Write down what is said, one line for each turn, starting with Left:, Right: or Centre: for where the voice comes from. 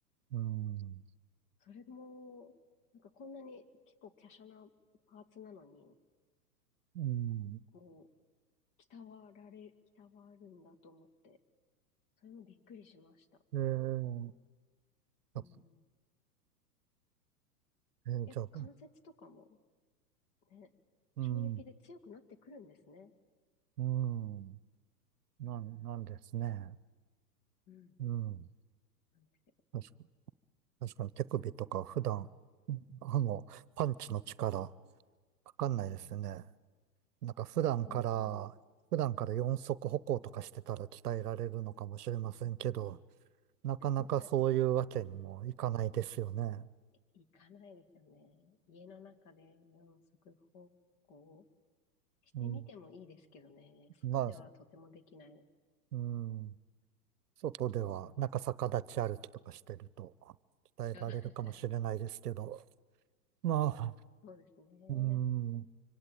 Right: うん。
Left: それも、なんかこんなに結構華奢なパーツなのに、
Right: うん。
Left: こう、鍛わられ、鍛わるんだと思って、それもびっくりしました。
Right: えー、あ
Left: うん。
Right: えーじゃあ、
Left: やっぱ関節とかもね、
Right: うん。
Left: 衝撃で強くなってくるんですね。
Right: うん。なん、
Left: うん。
Right: なんですね。
Left: うん。
Right: うん。
Left: なんですよ。
Right: 確かに、確かに手首とか普段、あの、パンチの力、かかんないですね。
Left: うん。い
Right: なんか普段から、
Left: や、本当、
Right: 普段から四足歩行とかしてたら鍛えられるのかもしれませんけど、なかなかそういうわけにもいかないですよね。
Left: <laughs> 行かないですよね。家の中で四足歩行してみてもいいですけどね。
Right: うん。
Left: 外ではとてもできない。
Right: まあ、
Left: う
Right: うん。外では、
Left: ん、
Right: なんか逆立ち歩きとかしてると、鍛えられるかもしれないですけど、
Left: あ <laughs>
Right: まあ、
Left: そうですね。
Right: うん。